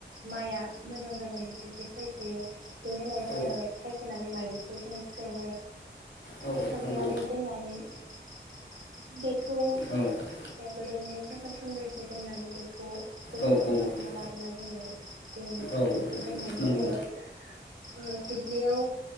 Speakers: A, on the right; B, on the left.
A: माइआ मोजां जागोन जों बेफोरखौ सायख'यो बेनि उनाव जोङो
B: औ
A: सायख'नानै माइलिखौ जोङो सोमो
B: औ
A: सोमनानै
B: नंगौ
A: दोननानै बे बैखौ ओ
B: औ
A: बेबायदिनो सानथाम सानब्रैसो दोननानै बे खौ दैनिफ्राय
B: औ औ
A: बोखांना लाबोना जोङो दोनो
B: औ
A: बेखौ दोननानै
B: नंगौ
A: जोङो ओ दुब्लियाव